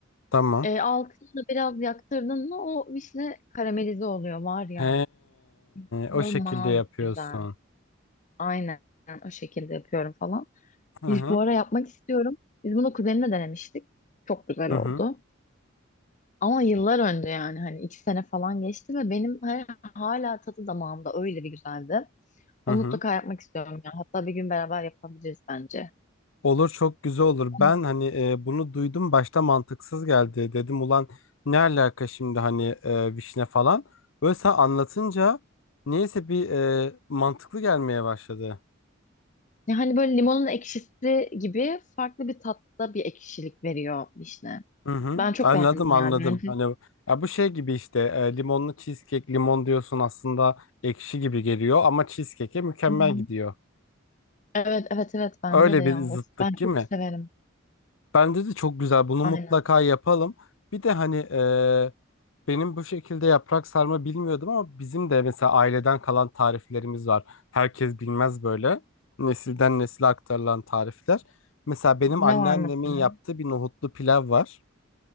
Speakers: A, on the left; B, on the left.
A: Tamam.
B: E, altını biraz yaktırdın mı o vişne karamelize oluyor var ya.
A: He,
B: İnanılmaz
A: o şekilde yapıyorsun.
B: güzel. Aynen o şekilde yapıyorum falan.
A: Hı hı.
B: Biz bu ara yapmak istiyorum. Biz bunu kuzenimle denemiştik. Çok güzel
A: Hı
B: oldu.
A: hı.
B: Ama yıllar önce yani hani iki sene falan geçti ve benim hala, hala tadı damağımda öyle bir güzeldi.
A: Hı
B: Onu
A: hı.
B: mutlaka yapmak istiyorum ya. Hatta bir gün beraber yapabiliriz bence.
A: Olur çok güzel olur. Ben
B: Ama
A: hani e, bunu duydum başta mantıksız geldi. Dedim ulan ne alaka şimdi hani e, vişne falan. Böyle sen anlatınca neyse bir e, mantıklı gelmeye başladı.
B: ya hani böyle limonun ekşisi gibi farklı bir tatta bir ekşilik veriyor vişne.
A: Hı hı.
B: Ben çok
A: Anladım
B: beğendim
A: anladım.
B: yani. Bence.
A: Hani ya bu şey gibi işte e, limonlu cheesecake limon diyorsun aslında ekşi gibi geliyor ama cheesecake'e mükemmel
B: Hı hı.
A: gidiyor.
B: Evet evet evet bence
A: Öyle
B: de ya.
A: bir zıttık
B: Of, ben
A: değil
B: çok
A: mi?
B: severim.
A: Bence de çok güzel. Bunu
B: Aynen.
A: mutlaka yapalım. Bir de hani eee, benim bu şekilde yaprak sarma bilmiyordum ama bizim de mesela aileden kalan tariflerimiz var. Herkes bilmez böyle. Nesilden nesile aktarılan tarifler. Mesela benim
B: Ne
A: anneannemin
B: var mesela?
A: yaptığı bir nohutlu pilav var.